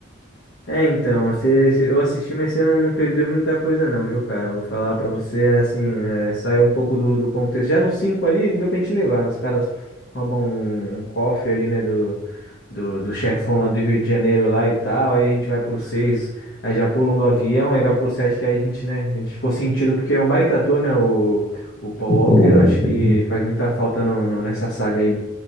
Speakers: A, on the left; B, on the left.
A: É, então, você, se- eu assisti, mas você não, não perdeu muita coisa não, viu, cara? Vou falar pra você, assim, é, saiu um pouco do, do contexto. Já no 5 ali, ainda deu pra gente levar, né? Os caras roubam um, um cofre ali, né, do, do, do chefão lá do Rio de Janeiro lá e tal, aí a gente vai pro 6, aí já pulam do avião, aí vai pro 7. que aí a gente, né, a gente ficou sentido, porque é um baita ator, né, o, o Paul
B: o
A: Walker,
B: Paul
A: eu acho
B: Walker.
A: que faz muita falta no, no- nessa saga aí